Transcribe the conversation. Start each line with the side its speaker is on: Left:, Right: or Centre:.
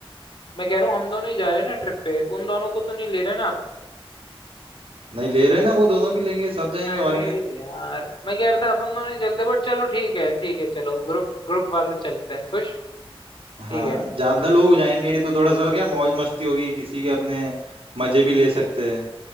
Left: मैं कह रहा हूँ हम दोनों ही जा रहे हैं ना ट्रिप पे उन दोनों को तो नहीं ले रहे ना आप
Right: नहीं ले रहे ना वो दोनों भी लेंगे सब जाएंगे
Left: अरे
Right: और क्या
Left: यार मैं कह रहा था अपन दोनों ही चलते बट चलो ठीक है ठीक है चलो ग्रुप ग्रुप वाले चलते हैं खुश
Right: हाँ
Left: ठीक है
Right: ज्यादा लोग जाएंगे तो थोड़ा सा क्या मौज मस्ती होगी किसी के अपने मजे भी ले सकते हैं